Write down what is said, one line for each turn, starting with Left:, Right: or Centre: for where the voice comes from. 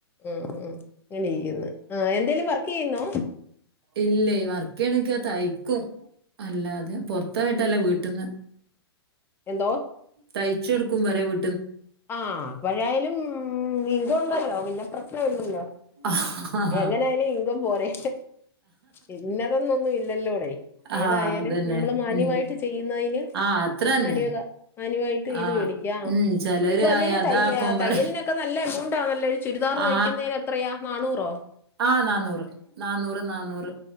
Left: അങ്ങനെര്ക്കുന്നു ആ എന്തേലും വർക്കെയ്യുന്നോ?
Right: ഇല്ല വർക്കെയ്യ്ണ്ച്ച തയ്ക്കും. അല്ലാതെ പൊറത്തോയിട്ടല്ല. വീട്ട്ന്ന്
Left: എന്തോ?
Right: തയ്ച്ചടുക്കും പറ്യാ വീ
Left: ആ അപ്പോഴായാലും ഇൻകം ഉണ്ടല്ലോ പിന്നെ പ്രശ്നം ഇല്ലല്ലോ
Right: ആഹ്
Left: എങ്ങനൊയാലും ഇൻകം പോരെ ഇന്നതൊന്നൊന്നും ഇല്ലല്ലോടി.
Right: അതന്നെ.
Left: ഏതായാലും നമ്മള് മാന്യമായിട്ട്
Right: ഉം.
Left: ചെയ്യുന്നതിന്.
Right: ആഹ് അത്രന്നെ.
Left: മാന്യത മാന്യമായിട്ട് ഇത്
Right: ആഹ്
Left: വേടിക്കാ.
Right: ഉം ചെലര്
Left: ഇപ്പൊ അല്ലെങ്കിലും
Right: അയ അതാപ്പം
Left: തയ്യ
Right: പറ
Left: തയ്യലിനൊക്കെ നല്ല എമൗണ്ടാണല്ലോ ഒരു ചുരിദാർ
Right: ആ
Left: തയ്ക്കുന്നതിന് എത്രയാ നാന്നൂറോ?
Right: ആ നാന്നൂറ് നാന്നൂറ് നാന്നൂറ്.